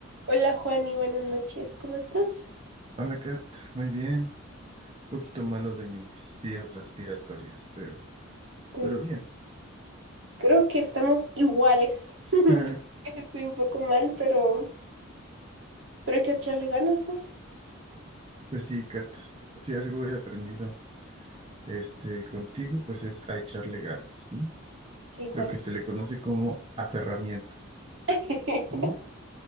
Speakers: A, on the right (about 65°); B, on the right (about 25°).
A: Hola Juani, buenas noches, ¿cómo estás?
B: Hola, Kat. Muy bien. Un poquito malo de mis vías respiratorias, pero,
A: Te-
B: pero bien.
A: Creo que estamos iguales. <laughs>
B: <laughs>
A: Estoy un poco mal, pero, pero hay que echarle ganas, ¿no?
B: Pues sí, Kat. Si algo he aprendido este, contigo, pues es a echarle ganas, ¿no?
A: Sí, Juan.
B: Lo que se le conoce como aferramiento.
A: <laughs>
B: ¿no?